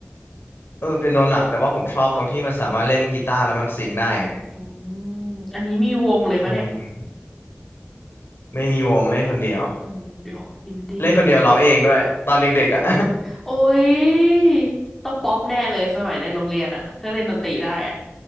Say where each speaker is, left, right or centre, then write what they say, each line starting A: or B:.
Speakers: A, on the left; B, in the centre.
A: เออเปียโนหนักแต่ว่าผมชอบตรงที่มันสามารถเล่นกีตาร์แล้วมันซิงค์ได้ไง
B: อืมอันนี้มีวงเลยปะเนี่ย
A: อืมไม่มีวงเล่นคนเดียว
B: อืมโอ้อินดี้
A: เล่นคนเดียวร้องเองด้วยตอนเด็กๆอ่ะ
B: โอ้ยต้องป๊อปแน่เลยสมัยในโรงเรียนอะถ้าเล่นดนตรีได้อะ